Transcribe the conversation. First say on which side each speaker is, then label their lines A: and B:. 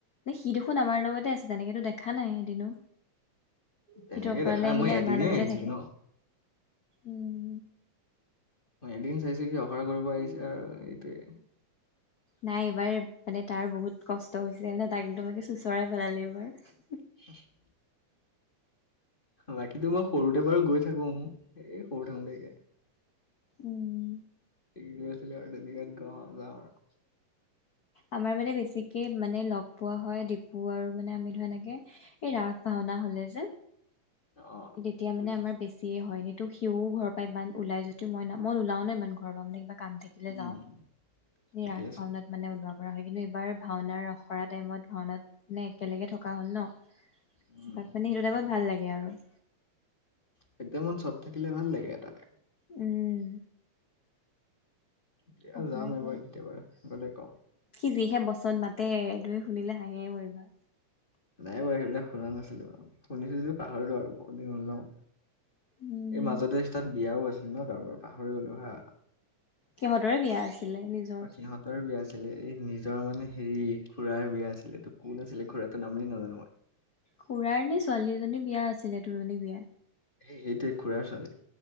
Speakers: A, on the left; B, on the left.
A: না সি দেখোন আমাৰ লগতে আছে তেনেকেতো দেখা নাই এদিনো,
B: তেনেকে
A: সিটো অখৰালে
B: দেখা নাই
A: আহিলে
B: মই এদিনেই
A: আমাৰ লগতে
B: আহিছিলো
A: থাকে
B: ন
A: উম
B: মই এদিন চাইছো সি অখৰা কৰিব আহিছে আৰু এইটোৱে,
A: নাই এইবাৰ মানে তাৰ বহুত কষ্ট হৈছে মানে তাক একদমে চোঁচৰাই পেলালে এইবাৰ
B: <inaudible> বাকীতো মই সৰুতে বাৰু গৈ থাকো এ' সৰু থাকোতেকে
A: উম্।
B: <unintelligible>
A: আমাৰ মানে, বেছিকে মানে লগ পোৱা হয় ডিপু আৰু মানে আমি ধৰা এনেকে, এহ ৰাস ভাওনা হ'লে যে,
B: অ
A: যেতিয়া
B: বুজিছো
A: মানে আমাৰ বেছি চিয়ে হয় এনেত সিও ঘৰ পৰা ইমান ওলাই যদিও মই, মই নুলাও ন ইমান ঘৰৰ পৰা সিমান কাম থাকিলে
B: উম
A: যাওঁ এই
B: ঠিকে
A: ৰাস
B: আছে
A: ভাওনাত মানে উলোৱা কৰা হয়। কিন্তু এইবাৰ ভাওনাৰ অখৰা টাইমত ভাওনাত মানে একেলগে থকা হ'ল ন,
B: উম
A: তাক মানে সেইটো টাইমত ভাল লাগে আৰু
B: সেইটো সময়ত চব থাকিলে ভাল লাগে এটা এটাকে
A: উম্
B: দিয়া
A: অখৰা
B: যাম
A: কেইদিন
B: এইবাৰ কেতিয়াবা গ'লে কম।
A: সি যিহে বচন মাতে তুমি শুনিলে হাঁহি হাঁহি মৰিবা।
B: নাই বাৰু সেইবিলাক শুনা নাছিলো, শুনিছো যদিও পাহৰিলো আৰু বহুত দিন হ'ল ন।
A: উম
B: এই মাজতে <unintelligible> বিয়াও আছিল ন কাৰোবাৰ পাহৰি গলো হা
A: সিহঁতৰে বিয়া আছিলে নিজ
B: অ' সিহঁত তাৰে বিয়া আছিলে এই নিজৰ মানে হেৰি খুুৰাৰ বিয়া আছিলে, এইটো কোন আছিলে খুৰাটো নামেই নাজানো মই।
A: খুৰাৰ নে ছোৱালী এজনী বিয়া আছিলে তোলনী বিয়া।
B: সেই সেইটোৱে খুুৰাৰ ছোৱালী।